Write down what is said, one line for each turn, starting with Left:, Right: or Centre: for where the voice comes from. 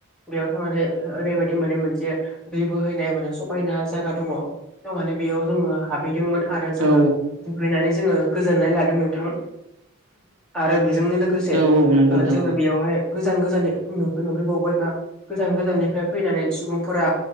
Centre: बेयाव थांनानै ओरैबायदि माने मोनसे दै बोहैनाय माने समायना जायगा दंङ बेयाव माने बेयाव जोङो हाबहैदोंमोन आरो जोङो
Right: औ
Centre: दुगैनानै जोङो गोजोननाय लादों नोंथां आरो बेजोंनो लोगोसे
Right: औ नंगौ नोंथां
Centre: जोङो
Right: औ
Centre: बेयावहाय गोजान गोजाननि नुहैबावबाय मा गोजान गोजाननिफ्राय फैनानै सुबुंफोरा